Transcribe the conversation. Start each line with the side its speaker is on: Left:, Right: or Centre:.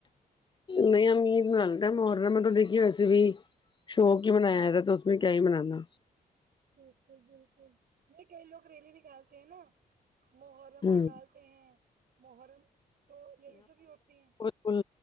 Left: نہیں ہم عید منالیتے ہیں محرم میں تو دیکھیے بھی شوق ہی منایا ہے تھا تو اس میں کیا ہی منانا
Right: بالکل بالکل یہ کئی لوگ ریلی نکالتے ہیں نا محرم
Left: ہوں
Right: نکال تے ہیں محرم تو لیڈیزیں بھی ہوتی ہیں
Left: بالکل